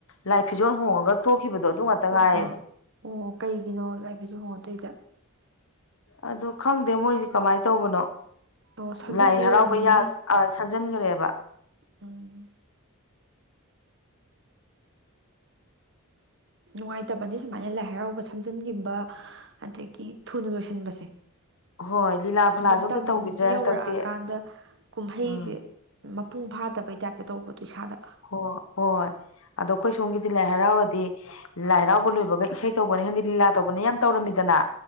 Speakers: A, on the left; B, on the right.
A: ꯂꯥꯏ ꯐꯤꯖꯣꯜ ꯍꯣꯡꯉꯒ ꯇꯣꯛꯈꯤꯕꯗꯣ ꯑꯗꯨ ꯉꯥꯛꯇ
B: ꯑꯗꯣ
A: ꯉꯥꯏꯔꯦ
B: ꯑꯣ ꯀꯩꯒꯤꯅꯣ ꯂꯥꯏ ꯐꯤꯖꯣꯜ ꯍꯣꯡꯉ ꯇꯣꯛꯏꯗꯤ
A: ꯑꯗꯣ ꯈꯪꯗꯦ ꯃꯣꯏꯖꯦ ꯀꯃꯥꯏ ꯇꯧꯕꯅꯣ
B: ꯑꯣ ꯁꯝꯖꯜꯂꯤ
A: ꯂꯥꯏ ꯍꯔꯥꯎꯕ
B: ꯑꯣꯏꯔꯝꯃꯅꯤ
A: ꯌꯥ ꯑ ꯁꯝꯖꯟꯒ꯭ꯔꯦꯕ
B: ꯎꯝ ꯅꯨꯡꯉꯥꯏꯇꯕꯅꯤ ꯁꯨꯃꯥꯏꯅ ꯂꯥꯏ ꯍꯔꯥꯎꯕ ꯁꯝꯖꯟꯒꯤꯕ ꯑꯗꯒꯤ ꯊꯨꯅ ꯂꯣꯏꯁꯤꯟꯕꯁꯦ
A: ꯍꯣꯏ ꯂꯤꯂꯥ ꯐꯂꯥꯁꯨ
B: ꯃꯇꯝꯖꯤ
A: ꯑꯝꯇ ꯇꯧꯈꯤꯗ꯭ꯔꯦ ꯍꯟꯗꯛꯇꯤ
B: ꯌꯧꯔꯛ ꯑꯀꯥꯟꯗ ꯀꯨꯝꯍꯩꯖꯦ
A: ꯎꯝ
B: ꯃꯄꯨꯡ ꯐꯥꯗꯕꯩ ꯇꯥꯏꯞꯇ ꯇꯧꯕꯗꯣ ꯏꯁꯥꯗ
A: ꯍꯣ ꯍꯣꯏ ꯑꯗꯣ ꯑꯩꯈꯣꯏ ꯁꯣꯝꯒꯤꯗꯤ ꯂꯥꯏ ꯍꯔꯥꯎꯔꯗꯤ ꯂꯥꯏ ꯍꯔꯥꯎꯕ ꯂꯣꯏꯕꯒ ꯏꯁꯩ ꯇꯧꯕꯅꯦ ꯈꯪꯗꯦ ꯂꯤꯂꯥ ꯇꯧꯕꯅꯦ ꯌꯥꯝ ꯇꯧꯔꯝꯃꯤꯗꯅ